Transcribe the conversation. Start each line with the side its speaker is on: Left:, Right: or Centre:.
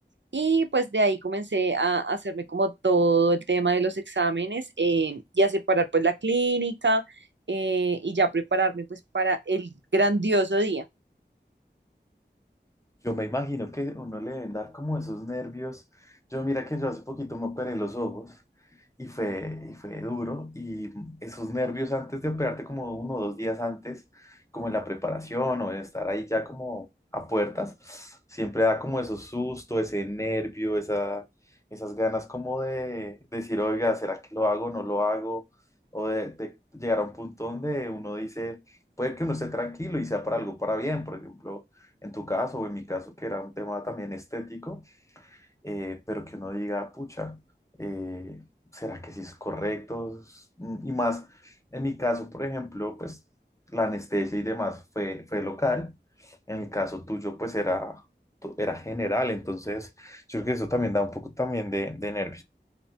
Right: Y pues de ahí comencé a hacerme como todo el tema de los exámenes eh, y a separar pues la clínica eh, y ya prepararme pues para el grandioso día.
Left: Yo me imagino que a uno le deben dar como esos nervios. Yo mira que yo hace poquito me operé los ojos y fue, y fue duro y esos nervios antes de operarte como uno o dos días antes, como en la preparación o en estar ahí ya como a puertas, siempre da como esos susto, ese nervio, esa, esas ganas como de decir, oiga, ¿será que lo hago o no lo hago? O de, de llegar a un punto donde uno dice, puede que uno esté tranquilo y sea para algo para bien, por ejemplo en tu caso o en mi caso, que era un tema también estético, eh, pero que uno diga, pucha, eh, ¿será que sí es correcto? Mm, Y más, en mi caso, por ejemplo, pues la anestesia y demás fue, fue local, en el caso tuyo, pues era, tu- era general, entonces yo creo que eso también da un poco también de, de nervios.